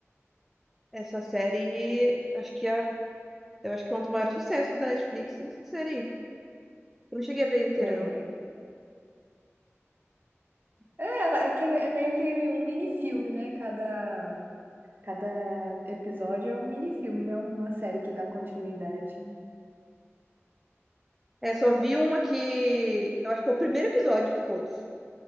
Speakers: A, in the centre; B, on the right.
A: Essa série, acho que é, eu acho que é um dos maiores sucessos da Netflix, essa série aí. Eu não cheguei a ver inteira,
B: É,
A: não.
B: é, ela- é, que é me- é meio que um mini-filme, né? Cada, cada episódio é um mini-filme, não é uma série que dá continuidade.
A: É, só vi uma que. Eu acho que é o primeiro episódio de todos.